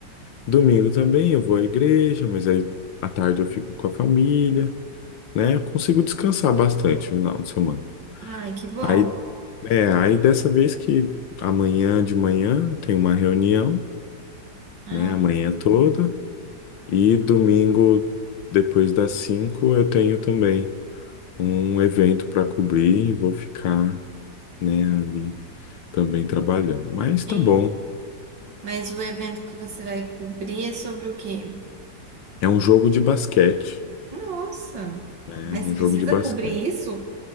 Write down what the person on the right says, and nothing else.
ai, que bom.
Ah,
sim.
É,
Mas o evento que você vai cobrir é sobre o quê?
Nossa,
mas
precisa
cobrir isso?